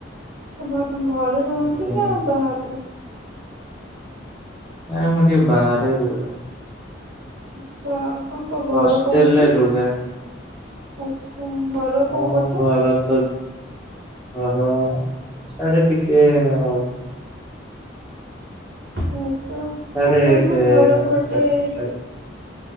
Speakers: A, on the right (about 60°); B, in the centre.
A: ଆପଣ ଘରେ ରୁହନ୍ତି
B: ଆଜ୍ଞା
A: ନା ବାହା
B: ନାଇଁ ମୁଁ ଟିକେ ବାହାରେ ରୁହେ।
A: ଆଚ୍ଛା ଆପଣଙ୍କ ଘର
B: ହଷ୍ଟେଲରେ
A: କୋଉଠି?
B: ରୁହେ
A: ଆଚ୍ଛା ଘର କୋଉ
B: ଆଉ
A: ପଟେ?
B: ଘର ତ ଯା ଘର ସ୍ୟାଡ଼େ ଟିକେ ଆଉ
A: ଆଚ୍ଛା ତ
B: ସାଡେ
A: ଆପଣଙ୍କ
B: ସେ
A: ଘର ପଟେ